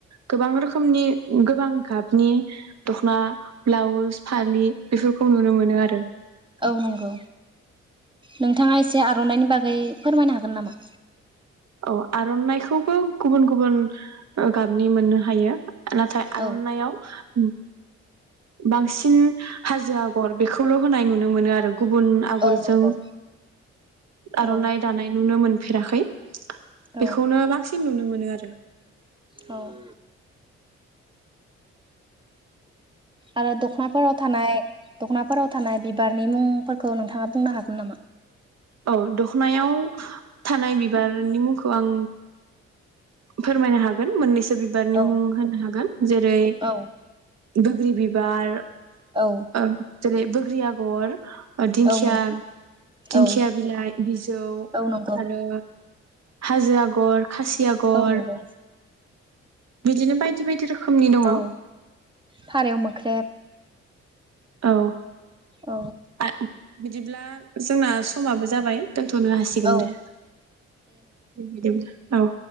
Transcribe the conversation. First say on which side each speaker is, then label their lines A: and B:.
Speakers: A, on the right; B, on the right.
A: गोबां रोखोम खोमनि गोबां गाबनि दख'ना ब्लाउस फालि बेफोरखौ नुनो मोनो आरो।
B: औ नंगौ। नोंथाङा एसे आर'नाइनि बागै फोरमायनो हागोन नामा?
A: औ आर'नाइखौबो गुबुन गुबुन ओ गाबनि मोननो हायो। नाथाय आर'नाइयाव
B: औ
A: बांसिन हाजो आग'र बेखौल' होनाय नुनो मोनो आरो गुबुन आग'रजों
B: औ नंगौ
A: आर'नाइ
B: औ
A: दानाय नुनो मोन फेराखै।
B: औ
A: बेखौनो बांसिन नुनो मोनो आरो। <inaudible>
B: औ। आरो दख'नाफोराव थानाय दख'ना फोराव थानाय बिबारनि मुंफोरखौ नोंथाङा बुंनो हागोन नामा?
A: औ दख'नायाव थानाय बिबारनि मुंखौ आं फोरमायनो हागोन मोननैसो बिबारनि
B: औ
A: मुं होनो हागोन। जेरै
B: औ
A: बोग्रि बिबार
B: औ
A: ओं जेरै बो ग्रि आग'र ओ दिंखिया
B: औ नोंथां
A: दिंखि
B: औ
A: खिया बिलाइ बिजौ
B: औ नंगौ
A: आरो हाजो आग'र, खासि आगर,
B: औ नंगौ
A: बिदिनो बायदि बायदि रोखोमनि दङ।
B: औ फारौ मोख्रेब
A: औ
B: औ
A: आ बिदिब्ला जोंना समाबो जाबाय दोन्थ'नो हासिगोन
B: औ
A: दे। दे बिदिब्ला औ।